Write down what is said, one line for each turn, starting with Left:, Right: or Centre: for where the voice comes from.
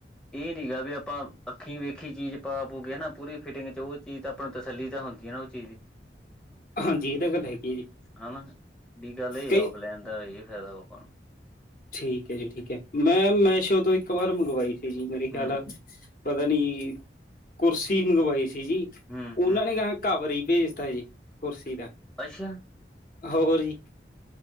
Centre: ਏ ਨੀਂ ਗਾ ਵੀ ਆਪਾਂ ਅੱਖੀ ਵੇਖੀ ਚੀਜ਼ ਪਾ ਪੂ ਕੇ ਹਨਾਂ ਪੂਰੀ ਫਿਟਿੰਗ ਚ ਓ ਚੀਜ਼ ਦਾ ਆਪਾਂ ਨੂੰ ਤਸੱਲੀ ਤਾਂ ਹੁੰਦੀ ਆ ਓ ਚੀਜ਼ ਦੀ।
Left: <inaudible> ਹਾਂਜੀ, ਇਹ ਤਾਂ ਗੱਲ ਹੈਗੀ ਹੈ ਜੀ,
Centre: ਹਨਾਂ ਬੀ ਗੱਲ ਏ,
Left: ਕਈ
Centre: ਔਫਲਾਈਨ ਦਾ ਏ ਫਾਇਦਾ ਆਪਾਂ ਨੂੰ
Left: ਠੀਕ ਏ ਜੀ, ਠੀਕ ਏ। ਮੈਂ ਮੈਸ਼ੋ ਤੋਂ ਇੱਕ ਵਾਰ ਮੰਗਵਾਈ ਸੀ ਜੀ, ਮੇਰੇ ਖਿਆਲ
Centre: ਹੂੰ
Left: ਪਤਾ ਨੀਂ ਕੁਰਸੀ ਮੰਗਵਾਈ ਸੀ ਜੀ।
Centre: ਹੂੰ ਹੂੰ
Left: ਉਨਾਂ ਨੇ
Centre: ਹੂੰ
Left: ਗਾਂ ਕਵਰ ਈ ਭੇਜਤਾ ਜੀ। ਕੁਰਸੀ ਦਾ।
Centre: ਅੱਛਾ!
Left: ਹੋਰ ਜੀ।